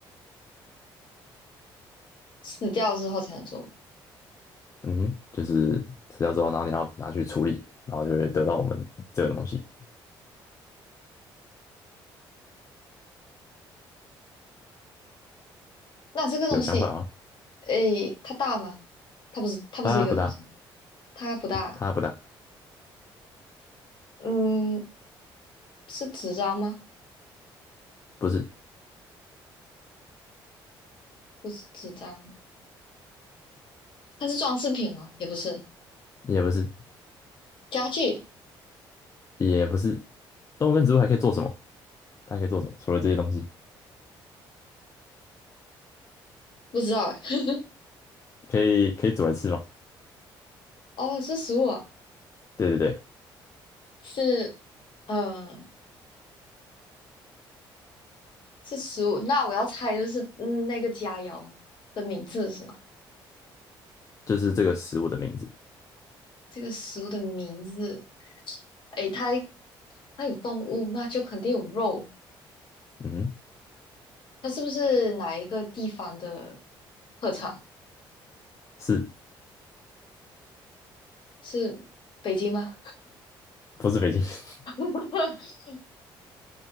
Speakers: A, on the left; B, on the left.
A: 死掉之后才能做。
B: 嗯哼，就是死掉之后，然后你要拿去处理，然后就会得到我们这个东西。
A: 那这个东西，
B: 有想法吗？
A: 诶，它大吗？它不是它不是一个东西，
B: 它不大，
A: 它不大。
B: 它不大，
A: 嗯，是纸张吗？
B: 不是，
A: 不是纸张，它是装饰品吗？也不是，
B: 也不是，
A: 家具
B: 也不是。动物跟植物还可以做什么？它还可以做什么？除了这些东西，
A: 不知道哎。
B: 可以可以煮来吃吗？
A: 哦，是食物啊
B: 对对对，
A: 是嗯，是食物。那我要猜的是，嗯，那个佳肴的名字是吗？
B: 就是这个食物的名字。
A: 这个食物的名字，诶，它它有动物，那就肯定有肉。
B: 嗯哼
A: 它是不是哪一个地方的特产？
B: 是
A: 是北京吗？
B: 不是北京？<laughs>
A: <laughs>